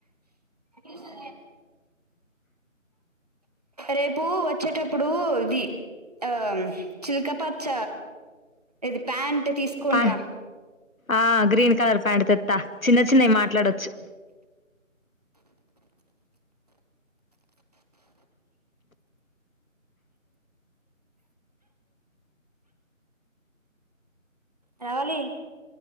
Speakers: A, on the right (about 30°); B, on the left (about 80°).
A: ఇ చ రేపు వచ్చేటప్పుడు ఇది ఆ చిల్కపచ్చ ఇది ప్యాంట్ తీసుకొని
B: ప
A: రా
B: ఆ గ్రీన్ కలర్ ప్యాంటు తెత్తా చిన్న చిన్నయి మాట్లాడొచ్చు
A: రవలి